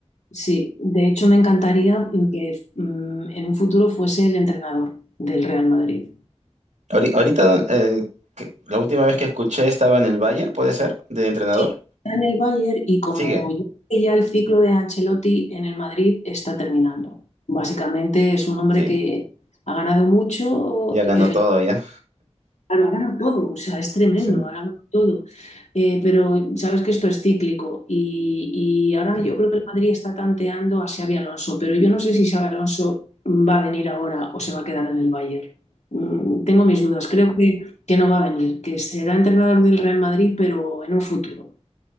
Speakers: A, on the left; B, on the right.
A: Sí, de hecho me encantaría que mm, en un futuro fuese el entrenador del Real Madrid.
B: Ahori- Ahorita, eh, que- la última vez que escuché estaba en el Bayern, ¿puede ser? De entrenador.
A: Sí, está en el Bayern y como
B: Sigue,
A: yo creo que ya el ciclo de Ancelotti en el Madrid está terminando. Básicamente es un hombre
B: sigue.
A: que ha ganado mucho,
B: Ya ganó
A: pero
B: todo, ya.
A: claro, ha ganado todo, o sea, es tremendo,
B: Sí,
A: ha ganado todo. Eh, pero sabes que esto es cíclico y, y ahora
B: sí.
A: yo creo que el Madrid está tanteando a Xabi Alonso, pero yo no sé si Xabi Alonso va a venir ahora o se va a quedar en el Bayern. Mm, tengo mis dudas, creo que, que no va a venir, que será entrenador del Real Madrid, pero en un futuro.